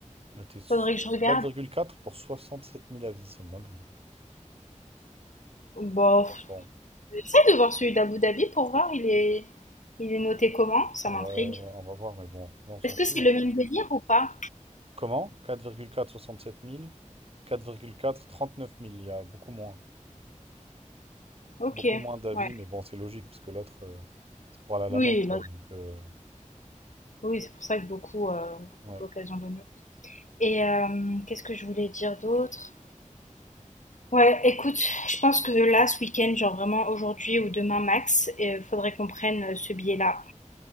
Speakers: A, on the right (about 45°); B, on the left (about 70°).
A: Noté s-
B: Faudrait que je regarde.
A: quatre virgule quatre pour soixante sept mille avis, c'est une dinguerie.
B: Bof.
A: Donc, bon,
B: J'essaie de voir celui d'Abu Dhabi pour voir, il est... Il est noté comment? Ça
A: ouais,
B: m'intrigue.
A: ouais, on va voir, mais bon, là, on s'en
B: Est-ce que
A: fout.
B: c'est le même délire ou pas?
A: Comment? Quatre quatre quatre virgule soixante-sept mille, quatre virgule quatre trente-neuf mille. Il y a beaucoup moins.
B: Ok,
A: Beaucoup moins d'avis,
B: ouais.
A: mais bon, c'est logique, parce que l'autre, euh, c'est pour aller à la
B: Oui,
A: Mecque, quoi. Donc, euh,
B: Oui, c'est pour ça que beaucoup euh, ont
A: ouais.
B: l'occasion de nous. Et euh, qu'est-ce que je voulais dire d'autre? Ouais, écoute, je pense que là, ce week-end, genre vraiment aujourd'hui ou demain max, il faudrait qu'on prenne euh, ce billet-là.